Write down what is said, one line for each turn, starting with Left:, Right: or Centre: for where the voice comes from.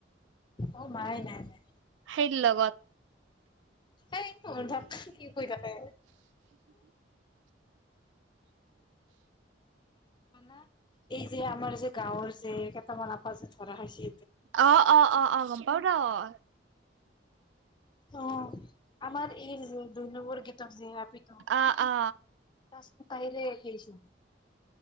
Left: অ' মায়ে নাই-নাই।
Right: সেই লগত
Left: এই ধক কি কৈ থাকে মানে এই যে আমাৰ যে গাঁৱৰ যে কেইটামান আপা যে ধৰা খাইছি।
Right: অহ-অহ-অহ-অহ গম পাও ৰ অ',
Left: অ', আমাৰ এই দুই নম্বৰী গীতাক যে আপিটো।
Right: অ' অ'
Left: এ আ তাইৰেই